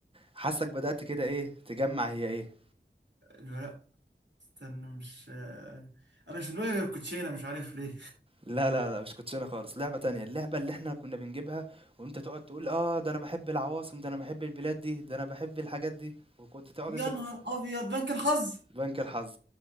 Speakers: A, on the right (about 30°); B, on the right (about 70°).
A: حاسك بدأت كده ايه تجمع هي ايه
B: لا لا استنى مش آه، انا مش دماغي غير الكوتشينه مش عارف ليه
A: لا لا لا مش كوتشينه خالص لعبه تانية اللعبه اللي احنا كنا بنجيبها وانت تقعد تقول اه ده انا بحب العواصم ده انا بحب البلاد دي ده انا بحب الحاجات دي وكنت تقعد
B: يا
A: انت تت-
B: نهار ابيض بنك الحظ
A: بنك الحظ